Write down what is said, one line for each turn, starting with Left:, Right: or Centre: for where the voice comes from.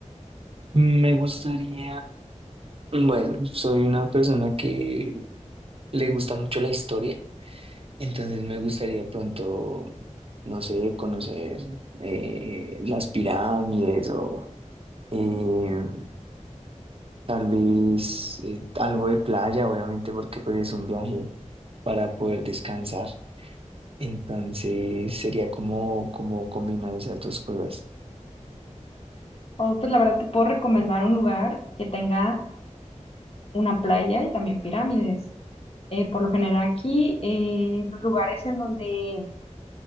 Right: Me gustaría, bueno, soy una persona que le gusta mucho la historia. Entonces me gustaría de pronto, no sé, conocer eh, las pirámides o eh, tal vez eh, algo de playa, obviamente, porque pues es un viaje para poder descansar. Entonces sería como, como combinar esas dos cosas.
Left: o pues la verdad te puedo recomendar un lugar que tenga una playa y también pirámides. eh, por lo general aquí, eh, los lugares en donde